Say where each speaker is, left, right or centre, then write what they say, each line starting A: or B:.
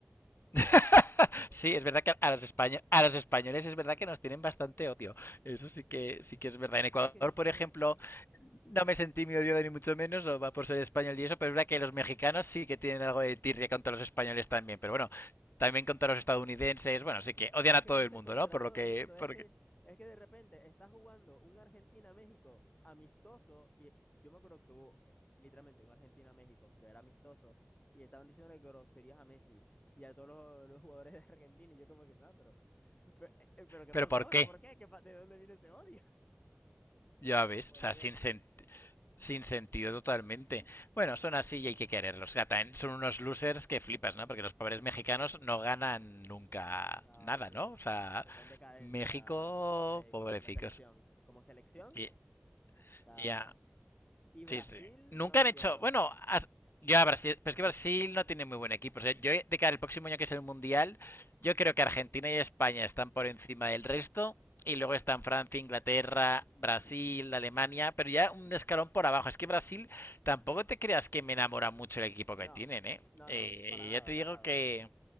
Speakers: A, on the left; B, on the left.
A: <laughs>
B: No
A: Sí,
B: sé.
A: es verdad que a los españoles, a los españoles es verdad que nos tienen bastante odio. Eso sí que sí que es verdad. En Ecuador,
B: Es que no sé.
A: por ejemplo, no me sentí muy odiado ni mucho menos, no va por ser español y eso, pero es verdad que los mexicanos sí que tienen algo de tirria contra los españoles también. Pero bueno, también contra los estadounidenses, bueno, sí que odian
B: Es
A: a
B: que
A: todo
B: no
A: el
B: sé
A: mundo,
B: contra
A: ¿no? Por
B: todo
A: lo que,
B: el mundo, es
A: por-
B: que, es que de repente está jugando un Argentina-México amistoso y yo me acuerdo que hubo eh, literalmente un Argentina-México que era amistoso y estaban diciéndole groserías a Messi y a todos los, los jugadores de Argentina y yo como que, ah, pero, pero, eh, eh, pero ¿qué
A: pero
B: pasó?
A: ¿por
B: ¿Pero
A: qué?
B: por qué? ¿Qué pa- ¿De dónde vino ese odio? <laughs>
A: Ya
B: O sea, como,
A: ves,
B: ¿por
A: o sea,
B: qué?
A: sin sentido. Sin sentido totalmente. Bueno, son así y hay que quererlos. Ya, también son unos losers que flipas, ¿no? Porque los pobres mexicanos no ganan nunca
B: No,
A: nada,
B: sí,
A: ¿no? O sea,
B: está en decadencia
A: México,
B: la México,
A: pobrecicos.
B: la selección. Como selección,
A: Y-
B: está...
A: Ya,
B: Y Brasil,
A: Sí, sí. Nunca
B: no lo entiendo.
A: han hecho. Bueno, has- yo a Brasil. Pero es que Brasil no tiene muy buen equipo. O sea, yo de cara al próximo año que es el Mundial, yo creo que Argentina y España están por encima del resto. Y luego están Francia, Inglaterra, Brasil, Alemania. Pero ya un escalón por abajo. Es que Brasil tampoco te creas que me enamora mucho el equipo que
B: No,
A: tienen, ¿eh?
B: no,
A: Eh,
B: no, para nada,
A: ya te
B: para
A: digo
B: nada.
A: que.